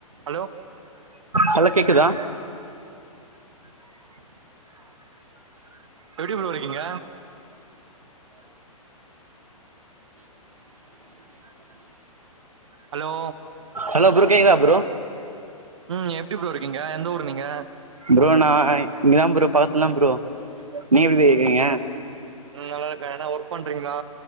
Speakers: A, on the right (about 55°); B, on the right (about 80°).
A: ஹலோ
B: ஹலோ கேக்குதா
A: எப்டி ப்ரோ இருக்கீங்க ஹலோ
B: ஹலோ ப்ரோ கேக்குதா ப்ரோ
A: ம் எப்டி ப்ரோ இருக்கீங்க எந்த ஊரு நீங்க
B: ப்ரோ நான் இங்கதா ப்ரோ பக்கத்துல்ல தா ப்ரோ நீங்க எப்படி இருக்குறீங்க
A: ம் ம் நல்லா இருக்கே என்ன ஒர்க் பண்றீங்களா